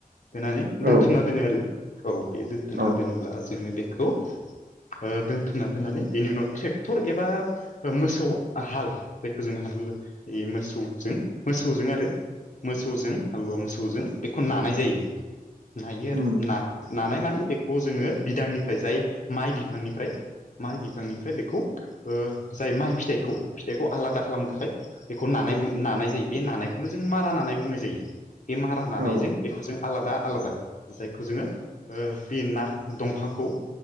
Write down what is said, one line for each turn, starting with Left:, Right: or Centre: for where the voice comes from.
Left: होनानै दोन्थुमना
Right: औ
Left: दोनो आरो औ बे दोन्थुमना
Right: औ
Left: दोनोब्ला जोङो बे खौ ओ दोनथुमना दोननानै बेनि उनाव ट्रेक्टर एबा ओ मोसौ हाल जायखौ जों हाल मोसौजों मोसौजों आरो मोसौजों हालुवा मोसौजों बेखौ नानाय जायो नायो
Right: उम
Left: आरो नानाय माने बेखौ जोङो बिदांनिफ्राय जाय माइ बिफांनिफ्राय माइ बिफांनिफ्राय बेखौ ओ जाय माइ फिथाइखौ फिथाइखौ आलादा खालामनो थाखाय बेखौ नानाय नानाय जायो बे नानायखौनो जों मारा नानाय बुंनाय जायो। बे मारा
Right: औ
Left: नानायजों बेखौ जों आलादा आलादा जायखौ जोङो बे नार दंफांखौ